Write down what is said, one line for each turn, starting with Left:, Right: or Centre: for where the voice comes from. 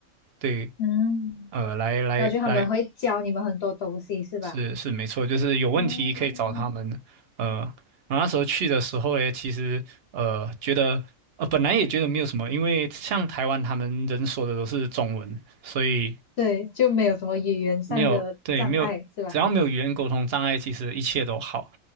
Right: 对，
Left: 嗯，
Right: 呃来来来，
Left: 然后就他们会教你们很多东西是吧？
Right: 是是没错，就是有问题可以找他们，
Left: 哦，
Right: 呃，然后那时候去的时候诶，其实呃觉得呃本来也觉得没有什么，因为像台湾他们人说的都是中文，所以
Left: 对，就没有什么语言上的障碍，
Right: 没有对没有只要没有语言沟通障碍，
Left: 是吧？
Right: 其实一切都好。